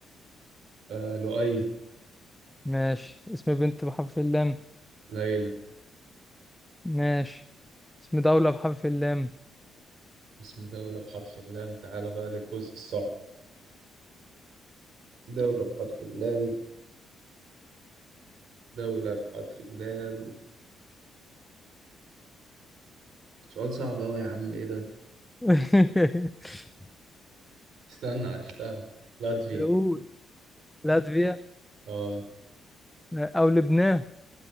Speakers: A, on the right (about 70°); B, in the centre.
A: آه لؤي
B: ماشي اسم بنت بحرف اللام
A: ليلى
B: ماشي اسم دولة بحرف اللام
A: اسم دولة بحرف اللام تعالى بقى للجزء الصعب دولة بحرف اللام دولة بحرف اللام سؤال صعب أوي يا عم إيه ده؟
B: <laughs>
A: استنى عرفتها لاتفيا
B: قول لاتفيا
A: آه
B: آه، أو لبنان